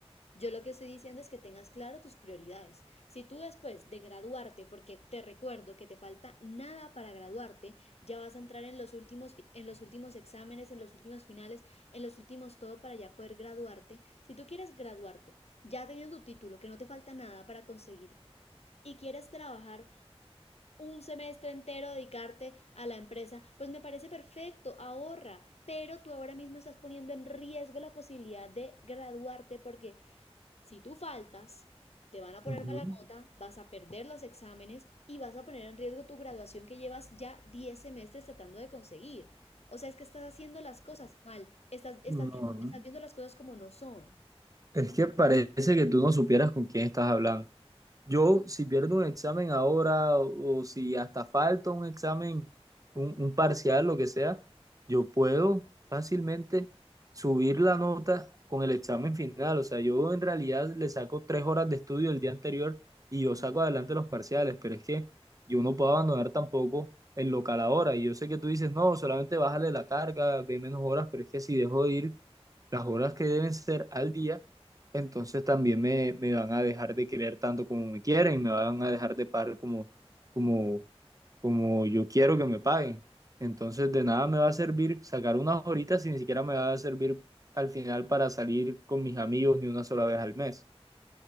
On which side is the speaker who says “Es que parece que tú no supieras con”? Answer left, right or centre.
Right